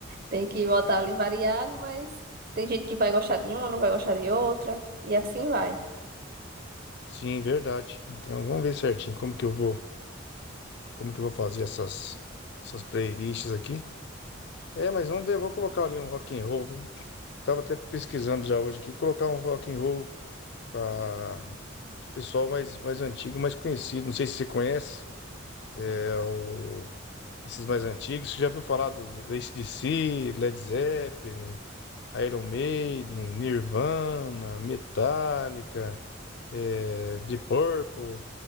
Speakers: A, on the right (about 45°); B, on the left (about 55°).
A: Tem que botar ali variado, mas tem gente que vai gostar de uma, não vai gostar de outra, e assim vai.
B: Sim, verdade. Então vamos ver certinho como que eu vou, como que eu vou fazer essas, essas playlists aqui. É, mas vamos ver, eu vou colocar ali um rock and roll. Vou- Tava até pesquisando já hoje aqui, vou colocar um rock and roll para pessoal mais, mais antigo, mais conhecido. Não sei se você conhece é, o- esses mais antigos. Você já viu falar dos AC/DC, Led Zeppelin, Iron Maiden, Nirvana, Metallica, é, The Purple,